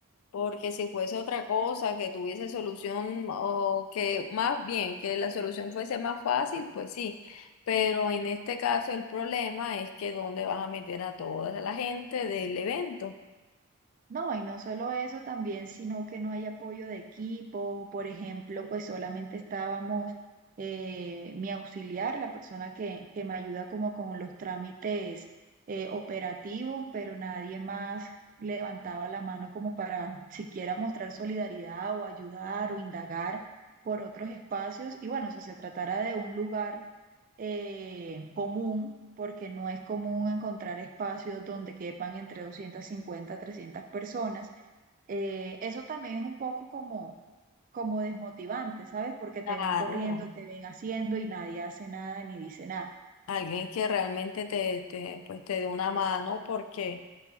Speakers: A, on the left (about 75°); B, on the right (about 40°).
A: Porque si fuese otra cosa que tuviese solución o que más bien que la solución fuese más fácil, pues sí. Pero en este caso el problema es que dónde vas a meter a toda la gente del evento.
B: No, y no solo eso también, sino que no hay apoyo de equipo. Por ejemplo, pues solamente estábamos eh, mi auxiliar, la persona que, que me ayuda como con los trámites eh, operativos, pero nadie más levantaba la mano como para siquiera mostrar solidaridad o ayudar o indagar por otros espacios. Y bueno, si se tratara de un lugar eh, común, porque no es común encontrar espacios donde quepan entre 250 a 300 personas. Eh, eso también es un poco como, como desmotivante, ¿sabes? Porque te
A: Claro,
B: ven corriendo, te ven haciendo y nadie hace nada ni dice nada.
A: alguien que realmente te, te, pues te dé una mano porque